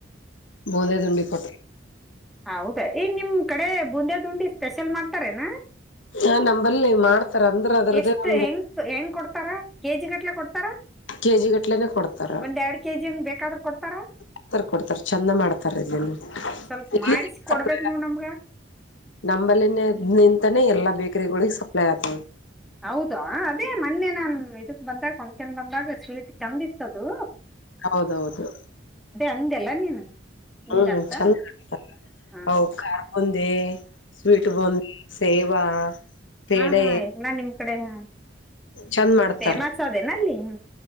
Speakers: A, on the left (about 80°); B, in the centre.
A: ಬೋಂದದುಂಡಿ ಕೊಟ್ಟ
B: ಹಾ ಹೌದಾ ಈನ್ ನಿಮ್ ಕಡೆ ಬುಂದೇದುಂಡಿ ಸ್ಪೆಷಲ್ ಮಾಡ್ ನಾ
A: ಆ ನಂಬಲ್ಲಿ ಮಾಡ್ತಾರ ಅಂದ್ರ ಅದರದೇ
B: <inaudible> ಎಷ್ಟು
A: ಒಂದು
B: ಹೆಂಗ ಹೆಂಗ್ ಕೊಡ್ತಾರ ಕೆಜಿ ಗಟ್ಲೆ ಕೊಡ್ತಾರಾ
A: ಕೆಜಿ
B: <inaudible>
A: ಗಟ್ಲೆನೆ ಕೊಡ್ತಾರ
B: ಒಂದೆರಡು ಕೆಜಿನ್ ಬೇಕಾದ್ರೂ ಕೊಡ್ತಾರ <inaudible>
A: ಕೊಡ್ತಾರ ಕೊಡ್ತಾರ ಚಂದ ಮಾಡ್ತಾರ ಇದನ್ನು
B: ಹ್ಮ ಸ್ವಲ್ಪ
A: ಇಲ್ಲಿ
B: ಮಾಡಿಸಿ ಕೊಡ್ಬೇಕಕ್
A: ಸಪ್ಲೈ
B: ನ ನಮ್ಗ
A: ನಂಬಲ್ಲಿನ ನಿಂತಾನೇ ಎಲ್ಲಾ ಬೇಕರಿಗಳಿಗೆ ಸಪ್ಲೈ ಆತ
B: ಹೌದು ಅದೇ ಮೊನ್ನೆ ನಾನ್ ಇದಕ್ ಬಂದಾಗ ಫಂಕ್ಷನ್ ಬಂದಾಗ ಸ್ವೀಟ್ ಚೆಂದ ಇತ್ತದು
A: ಹೌದೌದು
B: ಹಂಗೆಲ್ಲ ನೀನು ಹಂಗಂತ
A: ಹ್ಮ್ ಚಂದ ಮಾಡ್ತಾರ.
B: ಹಾ <inaudible>
A: ಅವು ಖಾರ ಬೂಂದಿ ಸ್ವೀಟ್ ಬಾಂದ ಸೇವಾ ಪೇಡೆ
B: ಹಾ ಹಾ ಎಲ್ಲ ನಿಮ್ ಕಡೆ ಹ
A: ಚಂದ ಮಾಡ್ತಾರ
B: ಫೇಮಸ್ ಅದೇನ ಅಲ್ಲಿ ಹ್ಮ